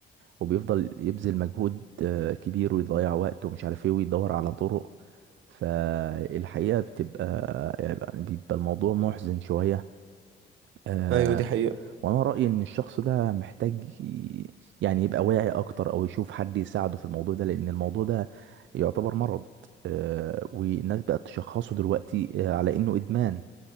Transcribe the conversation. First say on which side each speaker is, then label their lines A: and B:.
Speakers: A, on the right; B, on the right.
A: وبيفضل يبذل مجهود آه، كبير ويضيع وقت ومش عارف ايه ويدور على طرق فالحقيقه بتبقى يعني بيبقى الموضوع محزن شويه آه،
B: ايوه دي حقيقة
A: وانا رأيي ان الشخص ده محتاج ي- يعني يبقى واعي اكتر او يشوف حد يساعده في الموضوع ده لان الموضوع ده يعتبر مرض آه، والناس بقت تشخصه دلوقتي آه، على انه ادمان